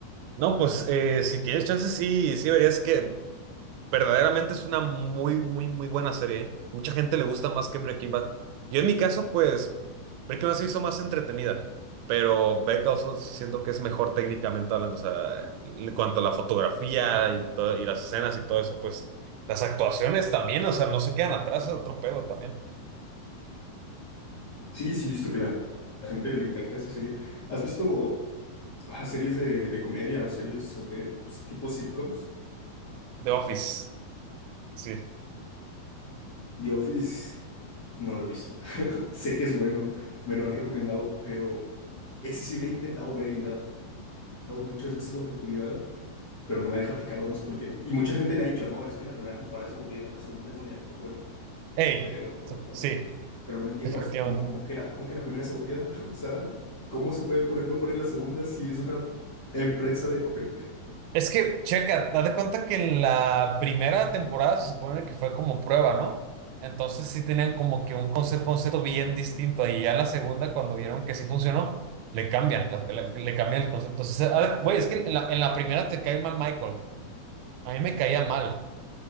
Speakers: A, on the right (about 80°); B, on the left (about 35°).
A: No, pues eh, si tienes chance, sí, sí verías que. Verdaderamente es una muy, muy, muy buena serie. ¿eh? Mucha gente le gusta más que Breaking Bad. Yo en mi caso, pues, Breaking Bad se hizo más entretenida, pero Better Call Saul sí siento que es mejor técnicamente hablando, o sea, en cuanto a la fotografía y, to- y las escenas y todo eso, pues, las actuaciones también, o sea, no se quedan atrás, es otro pedo también.
B: Sí, sí, he visto que la, la gente le encanta esa serie. ¿Has visto ah, series de, de comedia o series de pues, tipo sitcoms?
A: The Office, sí.
B: The Office no lo he visto. <laughs> Sé que es bueno, me lo han recomendado, pero ese sí le he intentado ver y le he dado muchas veces la oportunidad pero no me deja picado, no sé por qué. Y mucha gente me ha dicho, no, es que la primera temporada es aburrida, la segunda es donde ya se pone bueno,
A: Hey,
B: pero,
A: sí,
B: pero no entiendo,
A: efectivamente.
B: o sea, ¿cómo, cómo que la, cómo que la primera es aburrida? <laughs> O sea, ¿cómo se puede poner mejor en la segunda si es una empresa de papel?
A: Es que, checa, date cuenta que la primera temporada se supone que fue como prueba, ¿no? Entonces sí tenían como que un concepto, concepto bien distinto. Y ya en la segunda, cuando vieron que sí funcionó, le cambian, la- la- le cambian el concepto. O sea, a ver, güey, es que en la, en la primera te cae mal Michael. A mí me caía mal